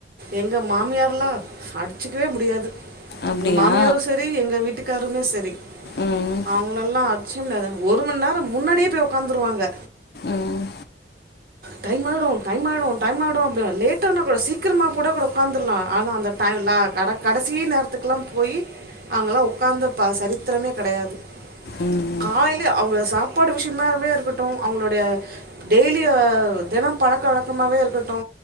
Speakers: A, on the right; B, on the left.
A: எங்க மாமியார்லா அடிச்சுக்கவே முடியாது
B: அப்படியா
A: எங்க மாமியாரு செரி எங்க வீட்டுக் க்காருமே சரி
B: ம்
A: அவங்களலா அச்சி முடியாது ஒரு மணி நேரோ முன்னாடியே போய் உக்காந்துருவாங்க
B: ம்
A: டைம் அய்டோ டைம் அய்டோ டைம் அய்டோ அப்டிலா லேட்ட ஆன கூட சீக்கிரமா கூட கூட உக்காந்துரலா ஆனா அந்த டைலா கட கடசீ நேரத்துக்கெல்லா போய் அவங்கல்லா உக்காந்து ப சரித்திரமே கடையாது
B: ம்
A: காலைலயே அவங்கள சாப்பாடு விஷயமாவே இருக்கட்டோ அவங்களுடைய டெய்லி ஆ தெனோ பழக்க வழக்கமாவே இருக்கட்டோ